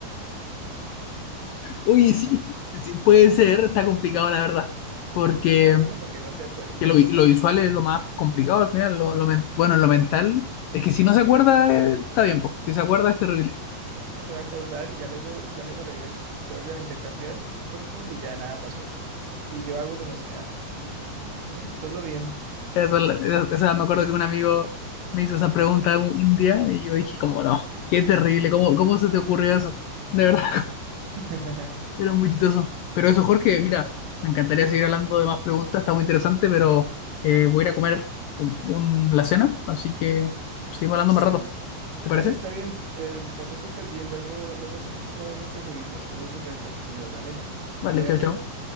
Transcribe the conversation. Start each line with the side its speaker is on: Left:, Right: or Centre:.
Left: Uy, sí, sí, puede ser, está complicado la verdad, porque,
Right: la duermo para que no se acuerde.
Left: porque lo, vi- lo visual es lo más complicado al final, lo, lo men- bueno, lo mental, es que si no se acuerda, eh, está bien, po. Si se acuerda es terrible.
Right: Eh, no se va a acordar y ya luego, ya luego regresa, se vuelven a intercambiar cuerpos y ya nada pasó. Y yo hago como si nada. Y ya, todo bien.
Left: Esa, es la- esa- esa- me acuerdo que un amigo me hizo esa pregunta un, un día y yo dije como, no, qué terrible, ¿cómo, cómo se te ocurrió eso? De verdad.
Right: <laughs>
Left: Era muy chistoso. Pero eso, Jorge, mira, me encantaría seguir hablando de más preguntas, está muy interesante, pero eh, voy a ir a comer un, un- la cena, así que seguimos hablando
Right: Sí,
Left: más rato. ¿Te
Right: dale,
Left: parece?
Right: está bien. eh, pasé súper bien. Luego, luego hacemos otra vez este jueguito. Estuvo súper entretenido. Dale,
Left: Vale,
Right: cuídate.
Left: chao, chao.